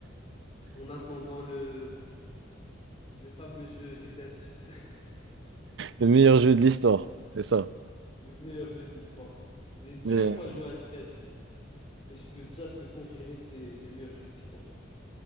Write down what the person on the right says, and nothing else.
Le meilleur jeu de l'histoire, c'est ça.
Mais,